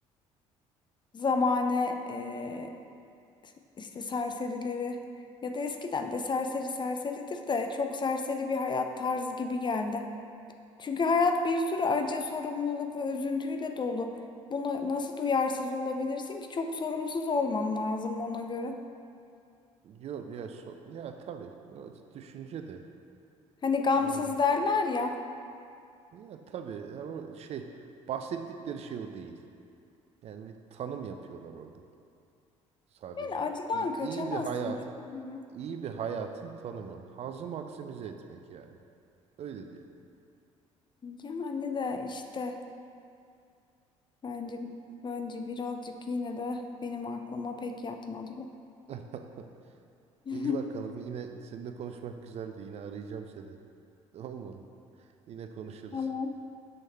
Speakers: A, on the left; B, on the right.
A: zamane e, işte serserileri ya da eskiden de serseri serseridir de çok serseri bir hayat tarzı gibi geldi. Çünkü hayat bir sürü acı, sorumluluk ve üzüntüyle dolu. Buna nasıl duyarsız olabilirsin ki? Çok sorumsuz olman lazım ona göre.
B: Yok ya so- ya tabii ya düşünce de
A: Hani gamsız
B: yani
A: derler ya.
B: ya tabii ama şey bahsettikleri şey o değil. Yani bir tanım yapıyorlar orada sadece.
A: Yani acıdan
B: İyi,
A: kaçamazsın
B: iyi bir hayatın
A: çünkü.
B: iyi bir hayatın tanımı. Hazı maksimize etmek yani. Öyle diyor.
A: Yani de işte bence bence birazcık yine de benim aklıma pek yatmadı bu.
B: <laughs>
A: <laughs>
B: İyi bakalım. Yine seninle konuşmak güzeldi. Yine arayacağım seni. <laughs> Tamam mı? Yine konuşuruz.
A: Tamam.